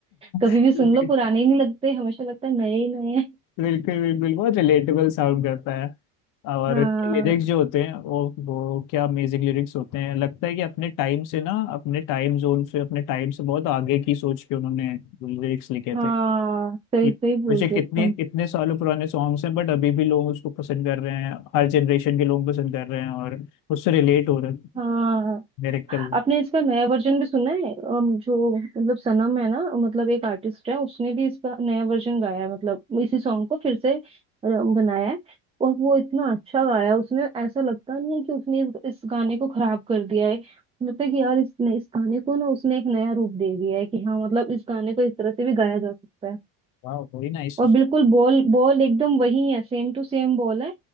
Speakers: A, on the right; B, on the left.
A: कभी
B: <laughs>
A: भी सुन लो पुराने ही नहीं लगते हमेशा लगता है नए ही नए
B: बिल्कुल बिल्कुल बहुत रिलेटेबल साउंड करता है और
A: हाँ
B: इनके लिरिक्स जो होते हैं वो वो क्या अमेजिंग लिरिक्स होते हैं लगता है कि अपने टाइम से ना अपने टाइम जोन से अपने टाइम से बहुत आगे की सोच के उन्होंने लिरिक्स लिखे
A: हाँ
B: थे
A: सही
B: कि
A: सही बोल
B: मुझे
A: रहे
B: कितने
A: एकदम
B: कितने सालों पुराने सॉन्ग्स हैं बट अभी भी लोग उसको पसंद कर रहे हैं हर जनरेशन के लोग पसंद कर रहे हैं और उससे रिलेट हो रहे हैं
A: हाँ
B: डायरेक्टर
A: आपने इसका नया वर्जन भी सुना है अम, जो मतलब सनम है ना मतलब एक आर्टिस्ट है उसने भी इसका नया वर्जन गाया है मतलब इसी सॉन्ग को फिर से र- बनाया है और वो इतना अच्छा गाया है, उसने ऐसा लगता नहीं है कि उसने इस, इस गाने को खराब कर दिया है लगता है कि यार इस, इस गाने को ना उसने एक नया रूप दे दिया है कि हाँ मतलब इस गाने को इस तरह से भी गाया जा सकता है
B: वाह वेरी नाइस
A: और बिल्कुल बॉल बॉल एकदम वही है सेम टू सेम बॉल है